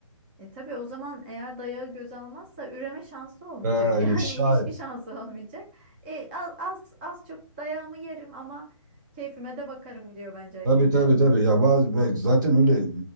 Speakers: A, on the right; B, on the right.
A: E tabii o zaman eğer dayağı göze almazsa üreme şansı olmayacak.
B: Ha,
A: <laughs> Yani
B: şahit.
A: ilişki şansı olmayacak. E, az, az, az çok dayağımı yerim ama keyfime de bakarım diyor bence erkekler.
B: Tabii tabii tabii. Ya bazı ve zaten öyle